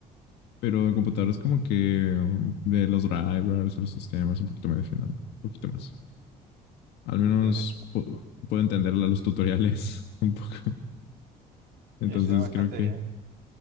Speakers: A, on the left; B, on the right.
A: Pero en computadoras como que um, de los drivers, los sistemas, un poquito me defiendo, un poquito más. Al menos
B: bien,
A: pu- puedo entender la- los tutoriales <laughs> un poco. Entonces
B: eso es bastante
A: creo que,
B: bien.